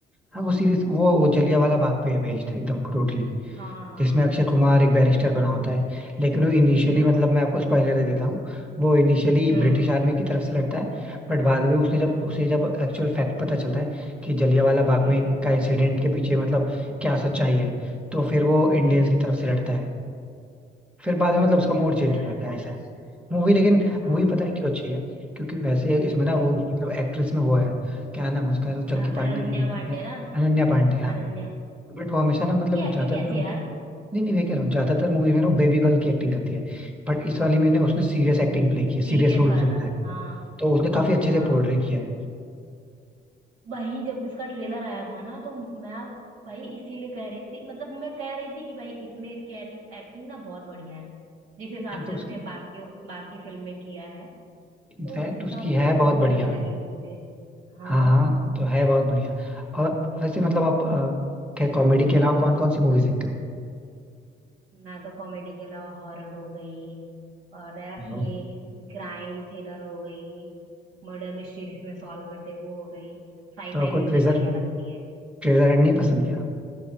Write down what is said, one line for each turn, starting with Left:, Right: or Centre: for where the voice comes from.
Centre: हाँ वो सीरीज वो, वो जलियांवाला बाग पे है बेस्ड एकदम टोटली
Right: हाँ हाँ
Centre: जिसमें
Right: हाँ
Centre: अक्षय कुमार
Right: हाँ
Centre: एक बैरिस्टर बना होता है लेकिन वो इनिशियली
Right: हाँ
Centre: मतलब मैं आपको स्पॉइलर दे देता हूँ वो इनिशियली
Right: हम्म
Centre: ब्रिटिश आर्मी की तरफ से लड़ता है बट बाद में उसने जब
Right: हम्म
Centre: उसे जब एक्चुअल फैक्ट पता चलता है कि जलियांवाला बाग
Right: हम्म
Centre: में का इंसिडेंट के पीछे मतलब क्या सच्चाई है तो फिर वो इंडियंस
Right: हम्म
Centre: की तरफ से लड़ता है फिर
Right: हाँ,
Centre: बाद में मतलब उसका
Right: बढ़िया
Centre: मूड चेंज
Right: यार
Centre: हो जाता है ऐसा है मूवी लेकिन
Right: हाँ
Centre: मूवी पता है क्यों अच्छी है क्योंकि वैसे इसमें ना
Right: क्यों
Centre: वो मतलब एक्ट्रेस में वो है क्या नाम है उसका वो चंकी
Right: अ-
Centre: पांडे
Right: अनन्या
Centre: की बेटी
Right: पांडे
Centre: क्या
Right: ना
Centre: अनन्या पांडे हाँ
Right: अनन्या
Centre: बट वो हमेशा
Right: हाँ,
Centre: ना
Right: उसकी
Centre: मतलब
Right: एक्टिंग
Centre: ज्यादातर
Right: कैसी
Centre: नहीं
Right: है यार
Centre: नहीं मैं कह रहा हूँ ज्यादातर मूवी में ना बेबी गर्ल की एक्टिंग करती है बट इस वाली में ना उसने सीरियस एक्टिंग प्ले की है सीरियस
Right: सीरियस
Centre: रोल
Right: वाला
Centre: उसे मिला है
Right: हाँ
Centre: तो उसने काफी अच्छे से
Right: हाँ
Centre: पोर्ट्रे किया है
Right: वही जब इसका ट्रेलर आया था ना तो मैं भाई इसीलिए कह रही थी मतलब मैं कह रही थी कि भाई इसमें इसकी एक्टिंग एक्टिंग ना बहुत बढ़िया है जिस हिसाब
Centre: हाँ, तो
Right: से
Centre: उसकी
Right: उसने बाकी बाकी फिल्म में किया है तो
Centre: इनफैक्ट
Right: उस हिसाब
Centre: उसकी
Right: से
Centre: है
Right: तो बहुत
Centre: बहुत
Right: बढ़िया
Centre: बढ़िया
Right: लगी थी मुझे हाँ
Centre: हाँ हाँ तो है बहुत बढ़िया और वैसे मतलब आप अ, क्या कॉमेडी के अलावा कौन कौन सी मूवीज देखते हो
Right: मैं तो कॉमेडी के अलावा हॉरर हो गई और ये
Centre: नो।
Right: क्राइम थ्रिलर हो गई मर्डर मिस्ट्री जिसमें सॉल्व करते हैं वो हो गई साईफाई
Centre: तो आपको
Right: भी मुझे
Centre: ट्रेजर
Right: बढ़िया लगती है
Centre: ट्रेजर हंट नहीं पसंद क्या